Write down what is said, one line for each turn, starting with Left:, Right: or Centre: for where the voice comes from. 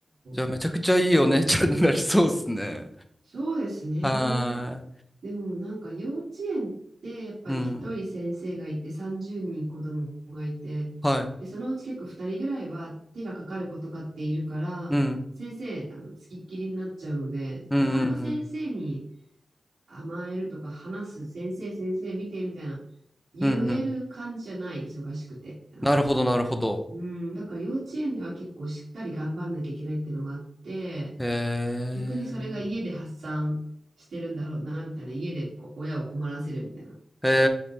Centre: じゃあめちゃくちゃいいお姉ちゃんになりそうっすね。
Right: う。そうですね。
Centre: は
Right: でもなんか幼稚園ってやっぱり一人先生がいて30人子供がいて、
Centre: ーい。うん。はい。
Right: で、そのうち結構2人ぐらいは手がかかる子とかっているから、
Centre: うん。
Right: 先生、あの、つきっきりになっちゃうので、
Centre: うんうんうん。
Right: なかなか先生に甘えるとか話す、先生、先生見てみたいな、言える感じじゃない、
Centre: うんうん。
Right: 忙しくて、みたいな。
Centre: なるほどなるほど。
Right: うん、だから幼稚園では結構しっかり頑張んなきゃいけないってのがあって、
Centre: へえ。
Right: 逆にそれが家で発散してるんだろうな、みたいな。家でこ親を困らせるみたいな。
Centre: へ